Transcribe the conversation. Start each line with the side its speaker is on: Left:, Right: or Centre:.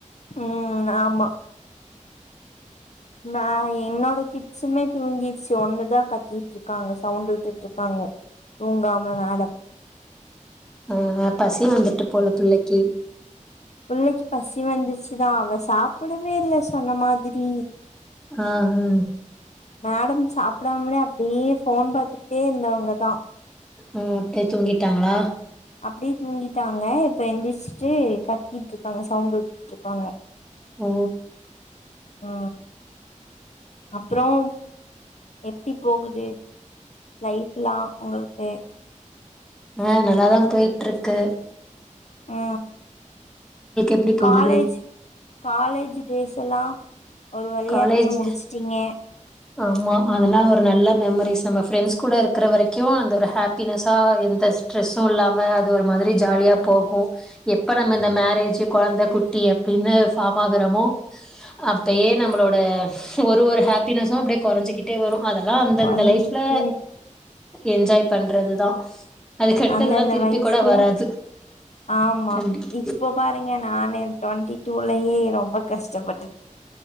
Left: ம் ஆமா நா என்னோட கிட்ஸ்சுமே தூங்கிச்சு ஒண்ணுதா கத்திட்டு இருக்காங்க சவுண்ட விட்டுட்டு இருக்காங்க தூங்காம மடம்
Centre: அ பசி வந்துட்டு போல பிள்ளைக்கி
Left: பிள்ளைக்கி பசி வந்துருச்சுதா அவ சாப்டவே இல்ல சொன்ன மாதி ம்
Centre: ஆ உ
Left: மேடம் சாப்பிடாமலே அப்டியே ஃபோன் பாத்துட்டே இருந்தா அங்கதா
Centre: ம் அப்டியே தூங்கிட்டாங்களா
Left: அப்டியே தூங்கிட்டாங்க இப்ப எந்திருச்சுட்டு கட் ட்டிட்டு இருக்காங்க சவுண்ட் விட்டிட்டு இருக்காங்க
Centre: ஓ
Left: ஆ அப்புறோம் எப்டி போகுது லைஃப்லா உங்களுக்கு
Centre: அ நல்லாதா போய்ட்ருக்கு
Left: ஆ
Centre: எப்டி போகுது
Left: காலேஜ் காலேஜ் டேஸ் எல்லாம் ஒரு வழியா
Centre: காலேஜ்
Left: எப்டியோ முடிச்சுட்டீங்க
Centre: ஆமா அதெல்லா ஒரு நல்ல மெமரிஸ் நம்ம ஃப்ரெண்ட்ஸ் கூட இருக்கிற வரைக்கு அந்த ஒரு ஹப்பினஸ்ஸா எந்த ஸ்ட்ரெஸ்ஸு இல்லாம அது ஒரு மாதிரி ஜாலியா போகு எப்ப நம்ம இந்த மரேஜ்ஜூ கொழந்த குட்டி அப்டின்னு ஃபார்ம் ஆகுறோமோ அப் அப்பயே நம்மளோட ஒரு ஒரு ஹப்பினஸு அப்டியே கொறஞ்சிக்கிட்டே வரு அதெல்லாம் அந்தந்த
Left: கொழந்தைக்கு
Centre: லைஃப்ல என்ஜாய் பண்றதுதா அதுக்கடுத்து
Left: அந்தந்த
Centre: இதெல்லா திருப்பி
Left: வயசுல
Centre: கூட வராது
Left: ஆமா
Centre: கண்டி-
Left: இப்ப பாருங்க நானே ட்வெண்டி டூலயே ரொம்ப கஷ்டப்பட்டு